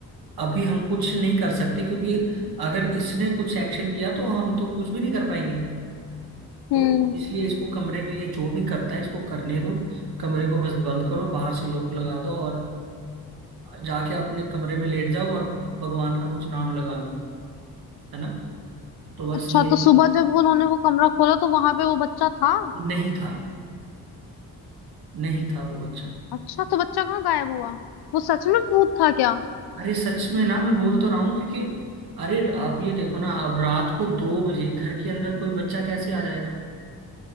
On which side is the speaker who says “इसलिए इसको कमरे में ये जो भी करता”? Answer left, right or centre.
Right